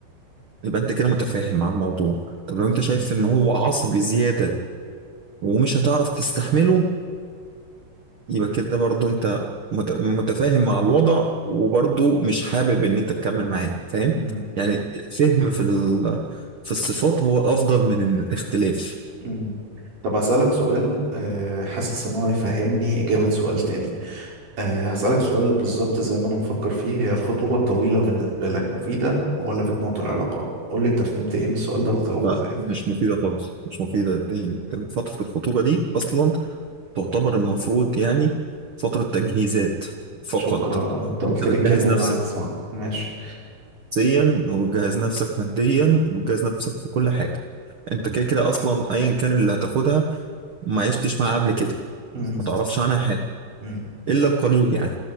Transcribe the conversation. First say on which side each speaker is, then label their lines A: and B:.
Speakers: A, on the right (about 70°); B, on the right (about 50°).
A: يبقى أنت كده متفاهم مع الموضوع طب لو أنت
B: مم.
A: شايف إن هو عصبي زيادة ومش هتعرف تستحمله يبقى كده برضو انت مت- متفاهم مع الوضع وبرضو مش حابب ان انت تكمل معاه فاهم
B: مم.
A: يعني الفهم في ال... في الصفات هو افضل من الاختلاف
B: مم. طب هسألك سؤال آه، حاسس ان هو يفهمني إجابة سؤال تاني آه، هسألك سؤال بالظبط زي ما انا مفكر فيه هي الخطوبة الطويلة بالنسبة لك مفيدة ولا بتموت العلاقة قول لي انت فهمت ايه من السؤال ده وتجاوبه
A: لا
B: ازاي
A: مش مفيدة خالص مش مفيدة دي- فترة الخطوبة دي أصلا تعتبر المفروض يعني فترة تجهيزات فقط
B: شكرا انت قلت
A: أنت بتجهز
B: لي الكلمة اللي
A: نفسك
B: انا عايز اسمعها ماشي
A: نفسيا وبتجهز نفسك ماديا وبتجهز نفسك في كل حاجة أنت كده كده أصلا أيا كان اللي هتاخدها ما عشتش معاه قبل كده
B: مم.
A: ما تعرفش عنها حاجة
B: مم.
A: إلا القليل يعني